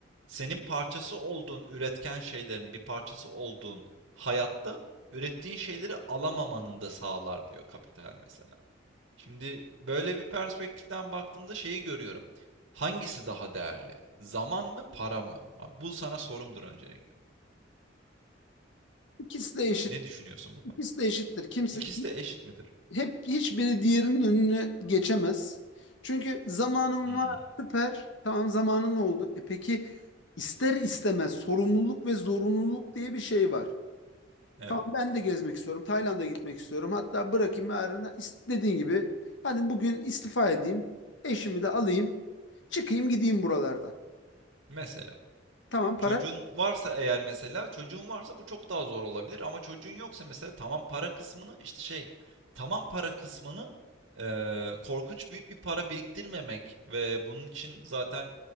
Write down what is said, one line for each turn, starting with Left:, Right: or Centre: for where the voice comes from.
Right: senin parçası olduğun, üretken şeylerin bir parçası olduğun hayatta ürettiğin şeyleri alamamanın da sağlar diyor kapital mesela. Şimdi böyle bir perspektiften baktığımda şeyi görüyorum. Hangisi daha değerli? Zaman mı, para mı? Abi bu sana sorumdur öncelikle.
Left: İkisi de eşit.
Right: Ne düşünüyorsun bu konuda?
Left: ikisi de eşittir. Kimse
Right: İkisi de eşit midir?
Left: hep hiçbiri diğerinin önüne geçemez. Çünkü zamanın
Right: Hmm,
Left: var süper. Tamam zamanın oldu. E peki ister istemez sorumluluk ve zorunluluk diye bir şey var.
Right: evet.
Left: Tamam ben de gezmek istiyorum. Tayland'a gitmek istiyorum. Hatta bırakayım yarına ist- dediğin gibi hadi bugün istifa edeyim. Eşimi de alayım. Çıkayım gideyim buralardan.
Right: Mesela.
Left: Tamam para
Right: Çocuğun varsa eğer mesela, çocuğun varsa bu çok daha zor olabilir ama çocuğun yoksa mesela tamam para kısmını işte şey, tamam para kısmını eee, korkunç büyük bir para biriktirmemek ve bunun için zaten